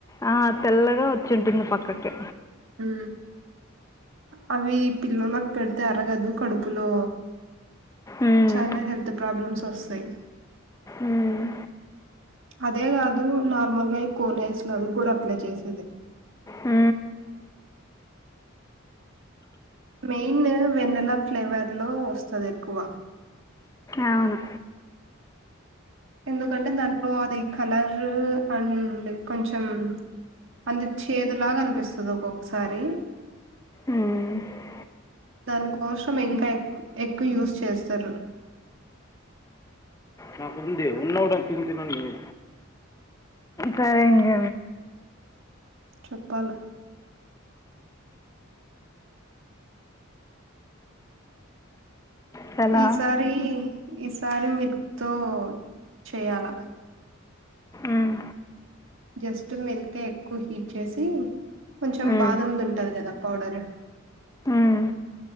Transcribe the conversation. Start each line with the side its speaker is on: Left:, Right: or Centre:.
Left: ఆ తెల్లగా వచ్చుంటుంది పక్కకి
Right: ఉ అవి పిల్లోలకి పెడితే అరగదు కడుపులో
Left: ఉమ్.
Right: చాలా హెల్త్ ప్రాబ్లమ్స్ వస్తాయి
Left: ఉమ్.
Right: అదే కాదు నార్మల్గా ఈ కోనైస్ లవి కూడా అప్లై చేస్తది
Left: అ
Right: మెయిన్ వెన్నెలా ఫ్లేవర్ లో వస్తుంది ఎక్కువ
Left: అవును
Right: ఎందుకంటే దాంట్లో అది కలర్ అండ్ కొంచెం అంది చేదు లాగా అనిపిస్తది ఒకొక్కసారి
Left: ఉమ్.
Right: తనుకు కోషం ఇంకా ఎ ఎక్కువ యూస్ చేస్తారు
Left: నాకుంది ఉన్నోడు తిను తినండి సరే ఇంక
Right: చెప్పాల
Left: చాలా
Right: ఈసారి ఈసారి వి తో చెయాలా
Left: ఉమ్.
Right: జస్ట్ మిల్కే ఎక్కువ హీట్ చేసి కొంచెం
Left: ఉమ్.
Right: బాదమ్ ది ఉంటది కదా పౌడరు
Left: ఉమ్.